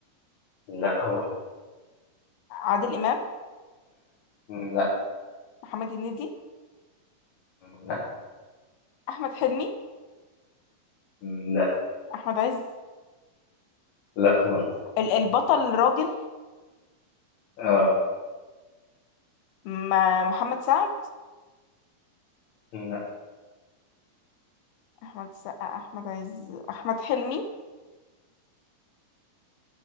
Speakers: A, on the left; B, on the left.
A: لا برضه
B: عادل امام
A: لا
B: محمد هنيدي
A: لا
B: احمد حلمي
A: لا
B: احمد عز
A: لا برضه
B: ال- البطل الراجل
A: اه
B: م- محمد سعد
A: لا
B: احمد السقا احمد عز احمد حلمي